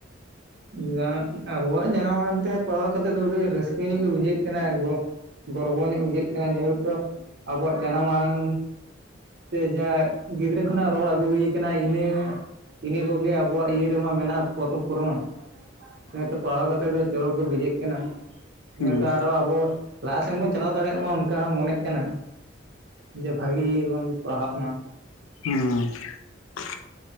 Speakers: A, on the right; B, on the left.
A: <unintelligible> ᱟᱵᱚᱣᱟᱜ ᱡᱟᱱᱟᱢ ᱟᱲᱟᱝ ᱛᱮ ᱯᱟᱲᱦᱟᱣ ᱠᱟᱛᱮᱜ ᱫᱚ ᱟᱹᱰᱤ ᱨᱟᱹᱥᱠᱟᱹ ᱧᱚᱜ ᱜᱮ ᱵᱩᱡᱷᱟᱹᱜ ᱠᱟᱱᱟ ᱜᱚ ᱜᱚᱨᱵᱚ ᱧᱚᱜ ᱵᱩᱡᱷᱟᱹᱜ ᱠᱟᱱᱟ ᱡᱮᱦᱮᱛᱚ ᱟᱵᱚᱣᱟᱜ ᱡᱟᱱᱟᱢ ᱟᱲᱟᱝ ᱛᱮ ᱡᱟ ᱜᱤᱫᱽᱨᱟᱹ ᱠᱷᱚᱱᱟᱜ ᱨᱚᱲ ᱟᱹᱜᱩ ᱦᱩᱭ ᱠᱟᱱᱟ ᱤᱱᱟᱹ ᱤᱱᱟᱹ ᱠᱚᱜᱮ ᱟᱵᱚᱣᱟᱜ ᱤᱭᱟᱹ ᱨᱮᱢᱟ ᱢᱮᱱᱟᱜᱼᱟ ᱯᱚᱛᱚᱵ ᱠᱚᱨᱮ ᱢᱟ ᱤᱱᱟᱹᱛᱮ ᱯᱟᱲᱦᱟᱣ ᱠᱟᱛᱮ ᱫᱚ ᱪᱚᱨᱚᱠ ᱜᱮ ᱵᱩᱡᱷᱟᱹᱜ ᱠᱟᱱᱟ
B: ᱦᱩᱸ
A: ᱱᱤᱭᱟᱹᱛᱮ ᱟᱨᱚ ᱟᱵᱚ ᱞᱟᱦᱟ ᱥᱮᱱ ᱵᱚᱱ ᱪᱟᱞᱟᱣ ᱫᱟᱲᱮᱭᱟᱜ ᱢᱟ ᱚᱱᱠᱟ ᱦᱚᱸ ᱢᱚᱱᱮᱜ ᱠᱟᱱᱟ ᱡᱮ ᱵᱷᱟᱹᱜᱤ ᱵᱚᱱ ᱯᱟᱲᱦᱟᱜ ᱢᱟ
B: ᱦᱩᱸ <unintelligible>